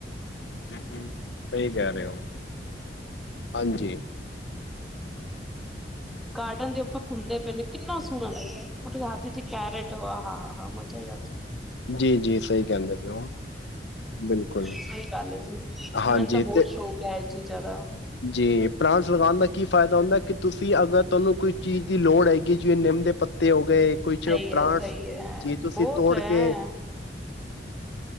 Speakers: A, on the left (about 80°); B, in the centre.
A: ਸਹੀ ਕਹਿ ਰਹੇ ਹੋ ਹਾਂਜੀ <inaudible>
B: ਗਾਰਡਨ ਦੇ ਉੱਪਰ ਘੁੰਮਦੇ ਪਏ ਨੇ, ਕਿੰਨਾ ਸੋਹਣਾ ਲੱਗਦੈ ਕੈਰਟ ਆ ਹ ਮਜ਼ਾ ਹੀ ਆ
A: ਜੀ ਜੀ ਸਹੀ ਕਹਿੰਦੇ ਪਏ ਹੋ ਬਿਲਕੁਲ
B: ਹੀ ਗੱਲ ਜੀ
A: ਹਾਂਜੀ
B: ਮੈਨੂੰ ਤਾਂ ਬਹੁਤ
A: ਤੇ
B: ਸ਼ੌਕ ਹੈ <unintelligible> ਅੱ ਜ਼ਿਆਦਾ <inaudible>
A: ਜੀ ਪਲਾਂਟਸ ਲਗਾਉਣ ਦਾ ਕੀ ਫਾਇਦਾ ਹੁੰਦਾ ਕਿ, ਤੁਸੀਂ ਅਗਰ ਤੁਹਾਨੂੰ ਕੋਈ ਚੀਜ਼ ਦੀ ਲੋੜ ਹੈਗੀ, ਜਿਵੇਂ ਨਿੰਮ ਦੇ ਪੱਤੇ ਹੋ ਗਏ ਕੁਛ
B: ਸਹੀ
A: ਪ੍ਰਾਂਟ
B: ਹੈ ਸਹੀ ਹੈ
A: ਜੇ ਤੁਸੀਂ
B: ਬਹੁਤ
A: ਤੋੜ
B: ਹੈ
A: ਕੇ <inaudible>